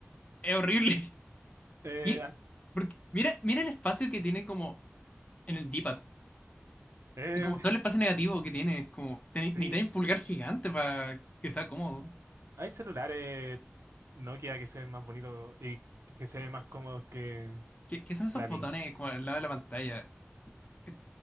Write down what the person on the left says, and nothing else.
es horrible. <laughs>
¿Qué?
Porque mira, mira el espacio que tiene como en el D-pad.
es como
todo el espacio negativo que tiene, es como, te- necesitas
un pulgar gigante para que sea cómodo.
Sí.
¿Qué, qué son esos
botones
como al lado de la pantalla? Eh,